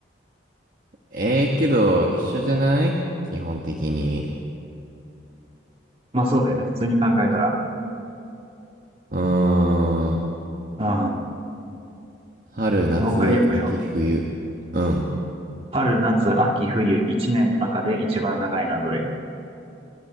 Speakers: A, on the right; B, on the right.
A: ええけど、一緒じゃない基本的に。
B: まあ、そうだよね。普通に考えたら。
A: うーん。
B: うん。
A: 春、夏、
B: もう一回読むよ。
A: 秋、冬。うん。
B: 春、夏、秋、冬、1年の中で一番長いのはどれ